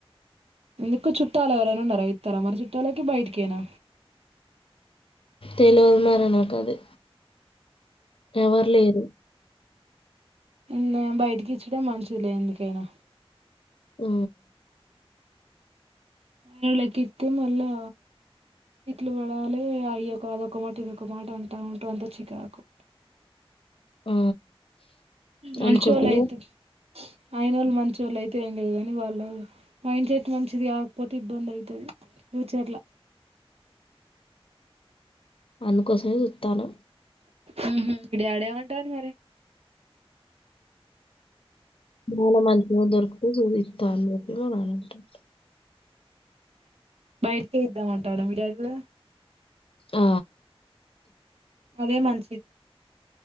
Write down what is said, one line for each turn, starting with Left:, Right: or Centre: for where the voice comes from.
Right: ఎందుకు చుట్టాలు ఎవరైనా ఉన్నారా ఇతరా మరి చుట్టాలకి బయటికేనా
Left: తెలవదు మరి నాకది ఎవరు లేరు
Right: ఏందే బయటకి ఇచ్చుడే మంచిదేలే ఎందుకైనా
Left: మ్
Right: వాళ్ళకి ఇస్తే మళ్ళా తిట్లు పడాలి అయ్యక అదొక మాట ఇదొక మాట అంటా ఉంటారు అంత చికాకు
Left: ఆ
Right: మంచోళ్ళు
Left: అందుకోసమే
Right: అయితే అయినోళ్లు మంచోళ్ళు అయితే ఏంది లే కానీ వాళ్ళు మైండ్ సెట్ మంచిది కాకపోతే ఇబ్బంది అయితది ఫ్యూచర్లా
Left: అందుకోసమే చూస్తన్న
Right: ఉహు మీ డాడేమంటండు మరి
Left: మనం మంచిగా దొరికితే చూపిస్తా అని చెప్పి మన అ
Right: బయటికే ఇద్దామంటాడా మీ డాడీ కూడా
Left: ఆ
Right: అదే మంచిద్